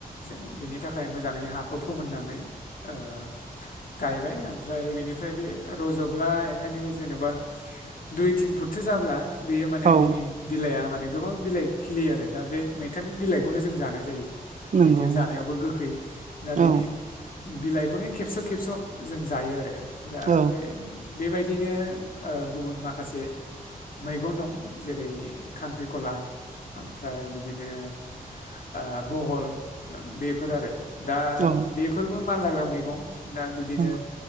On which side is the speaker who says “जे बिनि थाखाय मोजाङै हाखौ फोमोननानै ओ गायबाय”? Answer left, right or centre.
Left